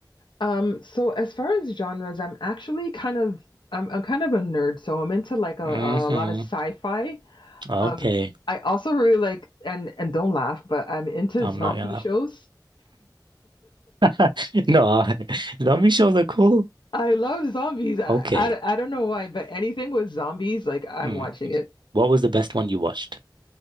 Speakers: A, on the left (about 85°); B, on the right (about 80°).
A: Um, so as far as genres, I'm actually kind of I'm I'm kind of a nerd, so I'm into like a,
B: hmm
A: a lot of sci-fi.
B: Okay.
A: Um, I also really like and and don't laugh, but I'm into
B: I'm
A: zombie
B: not gonna
A: shows.
B: <laughs> No, I- <laughs> zombie shows are cool.
A: I love zombies. I,
B: Okay.
A: I, I don't know why, but anything with zombies, like I'm
B: Mm.
A: watching it.
B: What was the best one you watched?